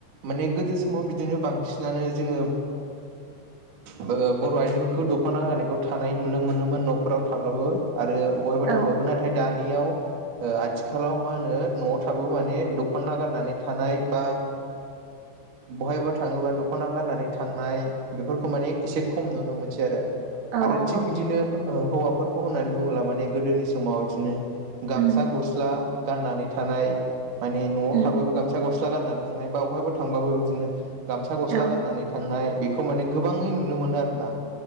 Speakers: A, on the right; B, on the right.
A: माने गोदो समाव बिदिनो बांसिन। फिसिनानै जोंङो
B: <inaudible>
A: ओ बर' आइजोफोरखौ दख'ना होनायखौ थानाय नुनो मोनोमोन न'फोराव थाब्लाबो। आरो बहायबा
B: औ
A: थांबाबो नाथाय दानि। दानियाव ओ आथिखालाव मा होनो न'आव थाबा माने दख'ना गारनानै थानाय बा
B: <inaudible>
A: बहायबा थांङोबा दख'ना गाननानै थांनाय बेफोरखौ माने एसे खम नुनो मोनसै आरो
B: औ
A: आरो
B: औ
A: थिग
B: औ
A: बिदिनो ओ हौवाफोरखौ होननानै बुङोब्ला माने गोदोनि समाव बिदिनो गामसा
B: उम
A: गस्ला। गाननानै थानाय माने न'आव
B: उम
A: थाबाबो गामसा गस्ला गाननानै थांनाय बा बबेहायबा थांबाबो बिदिनो। गामसा गस्ला
B: औ
A: गाननानै थांनाय बेखौ माने गोबाङै नुनो मोनो आरो ना।